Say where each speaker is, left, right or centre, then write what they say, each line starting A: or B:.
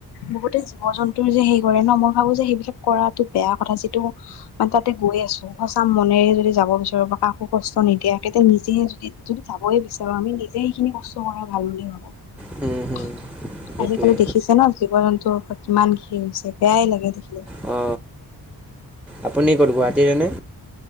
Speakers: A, on the left; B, in the centre.
A: বহুতে জীৱ জন্তুৰ যে সেই কৰে ন মই ভাবো যে সেইবিলাক কৰাটো বেয়া কথা যিটো মানে তাতে গৈ আছো সঁচা মনেৰে যদি যাব বিচাৰো বা কাকো কষ্ট নিদিয়া কেতিয়া নিজে যদি যাবই বিচাৰো আমি নিজে সেইখিনি কষ্ট কৰা ভাল বুলি ভাবো
B: হুম হুম সেইটোৱে
A: আজিকালি দেখিছে ন জীৱ জন্তুৰ ওৰত কিমান কি হৈছে বেয়াই লাগে দেখিলে।
B: অ। আপুনি ক'ত গুৱাহাটীৰেনে?